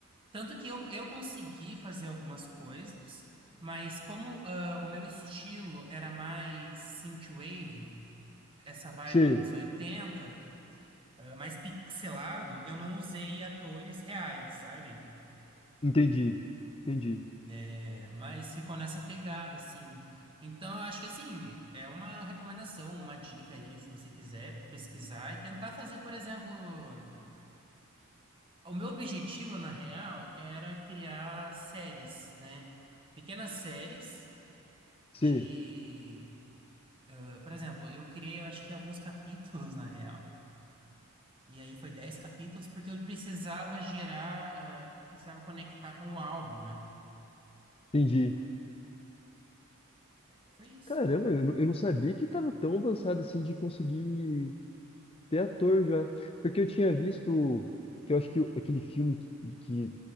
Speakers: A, on the right; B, on the left.
A: Tanto que eu, eu consegui fazer algumas coisas, mas como ah, o meu estilo era mais synthwave, essa vibe
B: Sim,
A: anos 80 ah, mais pixelado, eu não usei atores reais, sabe?
B: entendi. Entendi.
A: É, mas ficou nessa pegada, assim. Então, eu acho que, assim, é uma recomendação, uma dica aí, se você quiser pesquisar e tentar fazer, por exemplo... O meu objetivo, na real, era criar séries, né? pequenas séries
B: Sim,
A: de, eh, por exemplo, eu criei, eu acho que alguns capítulos na real. E aí foi 10 capítulos porque eu precisava gerar, eh, precisava conectar com o álbum, né?
B: entendi.
A: Foi isso.
B: Caramba, eu não, eu não sabia que tava tão avançado assim de conseguir Até ator já. Porque eu tinha visto que eu acho que aquele filme que, que